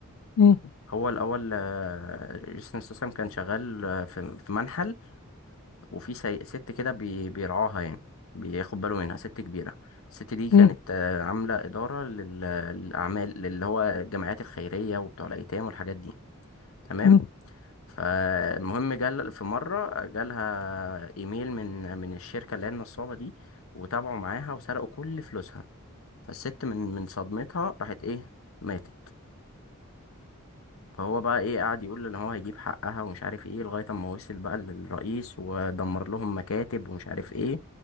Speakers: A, on the left; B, on the left.
A: مم.
B: هو الأول آه، جيسون ستاثام كان شغال آه، في في منحل وفي سي- ست كده بي- بيرعاها يعني بياخد باله منها ست كبيرة الست دي كانت
A: مم.
B: آه، عاملة إدارة لل- للأعمال اللي هو الجمعيات الخيرية وبتوع الأيتام والحاجات دي تمام
A: مم.
B: فالمهم جال في مرة جالها إيميل من من الشركة اللي هي النصابة دي وتابعوا معاها وسرقوا كل فلوسها فالست من من صدمتها راحت ايه ماتت فهو بقى ايه قعد يقول ان هو هيجيب حقها ومش عارف ايه لغاية اما وصل بقى للرئيس ودمر لهم مكاتب ومش عارف ايه